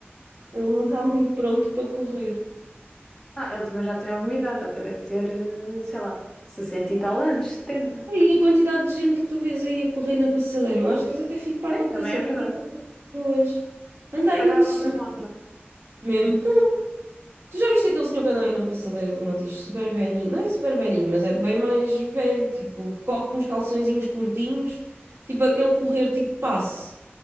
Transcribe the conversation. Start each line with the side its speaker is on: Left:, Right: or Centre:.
Right: não está muito pronto para correr.
Left: Ah, ele também já tem alguma idade, ele já deve ter, eh, sei lá, 60 e tal anos, 70.
Right: E a quantidade de gente que tu vês aí a correr na passadeira, eu às vezes até fico parva
Left: Bem, também
Right: com as com
Left: é
Right: a
Left: verdade.
Right: idade das pessoas. Anda aí
Left: Olha
Right: um
Left: a Rosa
Right: senhor
Left: Mota.
Right: mesmo. <laughs> Tu já viste aquele senhor que anda aí na passadeira do Montijo, super velhinho? Não é super velhinho, mas é bem mais velho, tipo, que corre com uns calçõezinhos curtinhos, tipo aquele correr tipo passe,